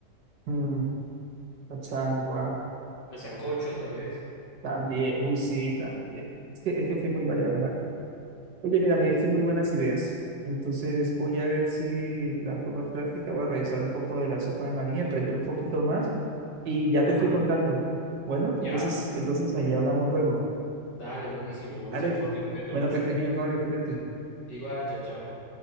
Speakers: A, on the right (about 80°); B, on the left (about 80°).
A: mm, cachangua,
B: El sancocho, tal vez.
A: también. Uy, sí, también. Es que, es que aquí es muy variada la cosa. Oye, mira, me diste muy buenas ideas. Entonces voy a ver si la forma práctica, voy a revisar un poco de la sopa de maní, aprender un poquito más y ya te
B: Ajá.
A: estoy contando. Bueno,
B: ¿Ya?
A: entonces, entonces ahí hablamos luego.
B: Dale, buenísimo, buenísimo,
A: Alex,
B: Jorge. Cuídate
A: bueno,
B: mucho.
A: que estés bien, Fabio, cuídate.
B: Igual, chao, chao.